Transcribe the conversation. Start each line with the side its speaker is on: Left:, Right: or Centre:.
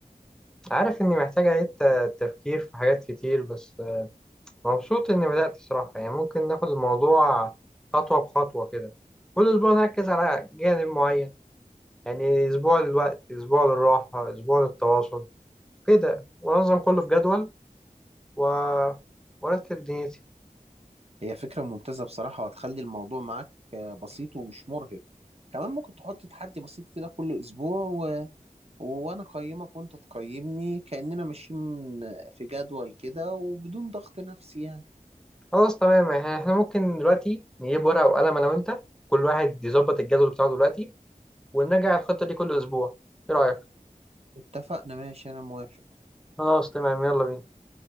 Centre: عارف اني محتاج اعيد ت- تفكير في حاجات كتير بس مبسوط اني بدات صراحه يعني ممكن ناخد الموضوع خطوه بخطوه كده كل اسبوع نركز على جانب معين يعني اسبوع للوقت اسبوع للراحه اسبوع للتواصل كده وانظم كله في جدول و... وارتب دنيتي
Right: هي فكرة ممتازة بصراحة وهتخلي الموضوع معاك آه، بسيط ومش مرهق كمان ممكن تحط تحدي بسيط كده كل أسبوع وانا اقيمك وانت تقيمني كأننا ماشيين في جدول كده وبدون ضغط نفسي يعني
Centre: خلاص تمام يعني احنا ممكن دلوقتي نجيب ورقه وقلم انا وانت كل واحد يظبط الجدول بتاعه دلوقتي ونراجع الخطة دي كل أسبوع إيه رأيك؟
Right: اتفقنا ماشي انا موافق
Centre: خلاص تمام يلا بينا